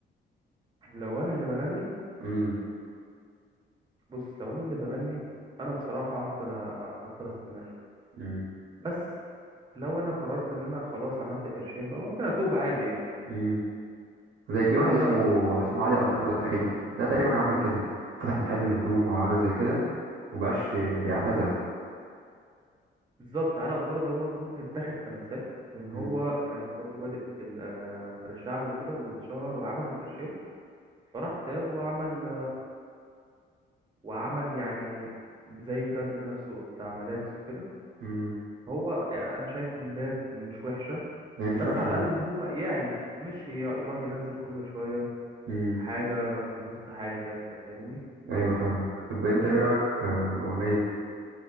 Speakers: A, on the right; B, on the right.
A: لو انا اللي بغني
B: مم.
A: بص لو انا اللي بغني انا بصراحة هفضل أ- هفضل استمر
B: مم.
A: بس لو انا قررت ان انا خلاص عملت قرشين بقى ممكن اتوب عادي يعني
B: مم. زي في
A: ده
B: واحد
A: من
B: اسمه
A: رأيي بصراحة.
B: اسمه علي قدورة تقريبا ده تقريبا عمل كده فتح محل هدوم او حاجه زي كده ومبقاش يعتزل
A: بالظبط علاء الدورة ده برضه ممكن يتاخد كمثال ان هو
B: مم.
A: كان برضه بادئ في الأغا- في الشعبي وكده واتشهر وعمل قرشين فراح تاب وعمل وعمل يعني زي براند لنفسه بتاع ملابس وكده
B: مم.
A: هو يعني انا شايف ان ده مش وحشة
B: يعني مش
A: بس
B: وحشة
A: على
B: يعني
A: الاقل ان هو يعلن مش ي- يقعد ينزل كل شوية
B: امم
A: حاجة من وسط حاجة كده انت فاهمني
B: ايوه فاهمك طب انت ايه رأيك من اغنية